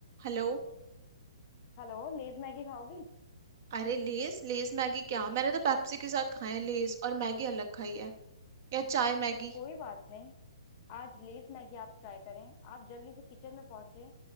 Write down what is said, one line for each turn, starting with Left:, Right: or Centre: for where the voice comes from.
Right: हेलो
Left: Hello Lay's Maggi खाओगी
Right: अरे लेज लेज मैगी क्या मैंने तो पेप्सी के साथ खाए हैं लेज और मैगी अलग खाई है या चाय मैगी
Left: तो कोई बात नहीं आज लेज मैगी आप ट्राई करें आप जल्दी से किचन में पहुंचे